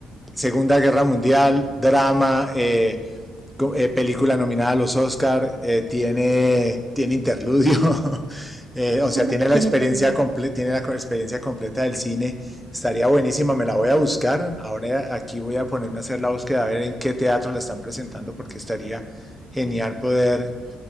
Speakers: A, in the centre; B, on the right.
A: Segunda Guerra Mundial, drama, eh, eh, película nominada a los Oscar, eh, tiene, tiene interludio, <laughs> eh, o sea,
B: <laughs>
A: tiene
B: tiene
A: la, experiencia
B: todo.
A: comple tiene la co- experiencia completa del cine, estaría buenísima, me la voy a buscar, ahora aquí voy a ponerme a hacer la búsqueda, a ver en qué teatro la están presentando, porque estaría genial poder,